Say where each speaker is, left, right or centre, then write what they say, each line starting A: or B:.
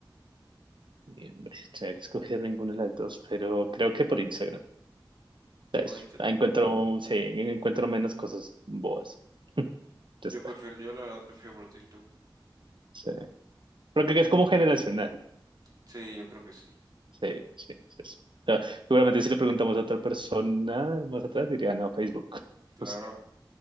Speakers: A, on the right; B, on the right.
A: Y, hombre, tendría que escoger ninguna de las dos, pero creo que por Instagram. ¿sabes?
B: ¿Por Instagram?
A: Ah, encuentro, sí, encuentro menos cosas boas. <laughs> Ya
B: Yo
A: está.
B: prefiero, yo la verdad prefiero por TikTok.
A: Sí. Pero Creo que es como generacional.
B: Sí, yo creo que sí.
A: Sí, sí, sí. sí. O sea, seguramente si le preguntamos a otra persona más atrás, diría, no, Facebook. <laughs>
B: Claro.
A: No sé.